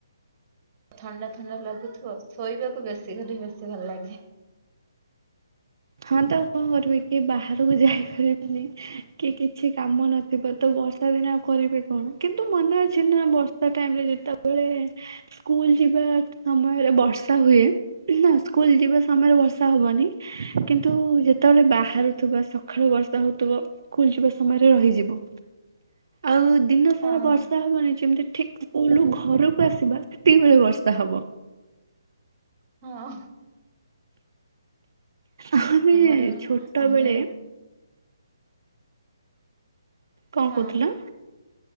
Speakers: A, on the right; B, on the right.
A: ଥଣ୍ଡା ଥଣ୍ଡା ଲାଗୁଥିବ, ଶୋଇବାକୁ ବେଶୀ କରି, ବେଶୀ ଭଲ ଲାଗେ।
B: ହଁ ତ ଆଉ କଣ କରିବି କି ବାହାରକୁ ଯାଇପାରିବିନି କି କିଛି କାମ ନ ଥିବ ତ ବର୍ଷା ଦିନ ଆଉ କରିବେ କଣ କିନ୍ତୁ ମନେ ଅଛି ନା ବର୍ଷା ଟାଇମ ରେ ଯେତେବେଳେ ସ୍କୁଲ ଯିବା ସମୟରେ ବର୍ଷା ହୁଏ ନା ସ୍କୁଲ ଯିବା ସମୟରେ ବର୍ଷା ହବନି। କିନ୍ତୁ ଯେତେବେଳେ ବାହାରୁଥିବା ସକାଳୁ ବର୍ଷା ହଉଥିବ ସ୍କୁଲ ଯିବା ସମୟରେ ରହିଯିବ। ଆଉ ଦିନ ସାରା
A: ହଁ
B: ବର୍ଷା ହବନି ଯେମତି ଠିକ ସ୍କୁଲ ଘରକୁ ଆସିବା ସେତିକି ବେଳେ ବର୍ଷା ହବ।
A: ହଁ
B: ଆମେ
A: ଆମର
B: ଛୋଟବେଳେ
A: ଆମେ
B: କଣ
A: ହଁ
B: କହୁଥିଲ?